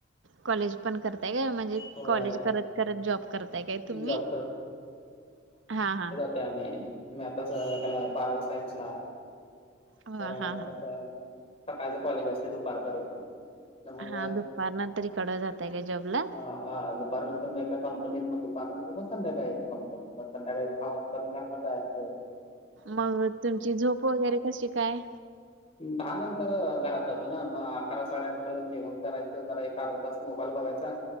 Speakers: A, on the right; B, on the left.
A: कॉलेज पण करताय काय? म्हणजे
B: होय
A: कॉलेज करत करत जॉब करताय काय तुम्ही?
B: जॉब
A: हा हा.
B: ते आम्ही मॅथ्सला बारावी सायन्स ला आहे.
A: हा
B: जरा
A: हा हा
B: कसं. सकाळचं कॉलेज असतयं दुपारपर्यंत. तर मग
A: हा दुपारनंतर इकडं जाताय काय जॉबला?
B: अ, हा दुपारनंतर मग एका कंपनीत मग दुपारनंतर मग संध्याकाळी कंपनीत मग संध्याकाळी दहा वाजेपर्यंत घरला जायाचं.
A: मग तुमची झोप वगैरे कशी काय?
B: दहा नंतर घरात जातो ना मग अकरा साडे अकराला जेवण करायचं जरा एक अर्धा तास मोबाईल बघायचा.